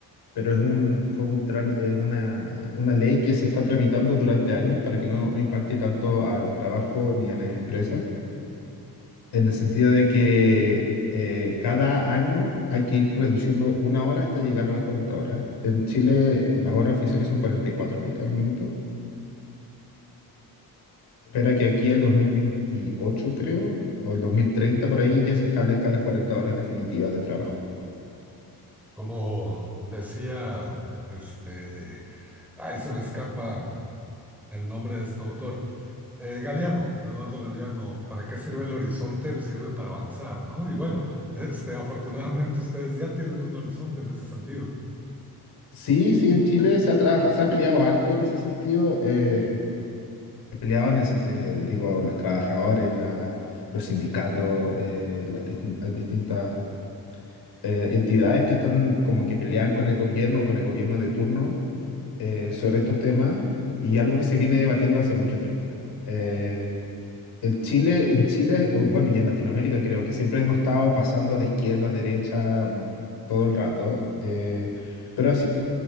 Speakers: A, on the left; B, in the centre.
A: pero es un, fue un trámi- eh, una, una ley que se está tramitando durante años para que no, no impacte tanto al trabajo ni a las empresas, en el sentido de que eh, cada año hay que ir reduciendo una hora hasta llegar a las 40 horas. En Chile las horas oficiales son 44 hasta el minuto. espera que aquí el 2028 creo, o el 2030 por ahí ya se establezcan las 40 horas definitivas de trabajo.
B: Como decía, este, ay, se me escapa el nombre de este autor Eh, Galeano, Eduardo Galeano, ¿para qué sirve el horizonte? Pues Sirve para avanzar, ¿no? Y bueno, <laughs> este, afortunadamente ustedes ya tienen un horizonte en ese sentido.
A: Sí, sí, en Chile se ha trabaja- se ha peleado harto en ese sentido. eh, peleaban, ese- eh, digo, los trabajadores, la- los sindicatos, eh, las distin- las distintas eh, entidades que están como que pelean con el gobierno, con el gobierno de turno eh, sobre estos temas y algo que se viene debatiendo hace mucho tiempo. Eh, El Chile, en Chile, o bueno, y en Latinoamérica creo que siempre hemos estado pasando de izquierda a derecha mm, todo el rato, eh, pero así es